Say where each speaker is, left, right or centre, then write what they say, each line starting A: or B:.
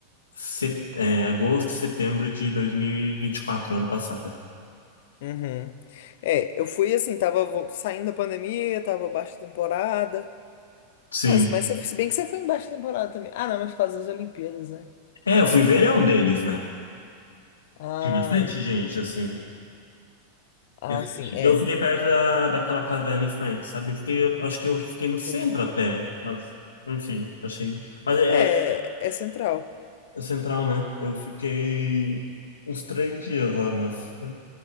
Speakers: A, on the left; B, on the left.
A: set, é, agosto, setembro de dois mil e e vinte e quatro ano passado.
B: Uhum. É, eu fui assim, tava vo- saindo da pandemia, tava baixa temporada.
A: Sim.
B: Nossa, mas se, se bem que você foi em baixa temporada também. Ah, não, mas por causa das Olimpíadas, né?
A: É, eu fui verão deles, né?
B: Ah,
A: Tinha bastante
B: é.
A: gente, assim.
B: Ah,
A: Eu, senti-
B: sim, é.
A: eu fiquei perto da, daquela casa da Anne Frank, sabe? Eu fiquei, acho que eu fiquei no centro
B: Sei.
A: até, mas, enfim, achei. Mas é,
B: É, é central.
A: é central, né? Eu fiquei uns três dias lá, mas.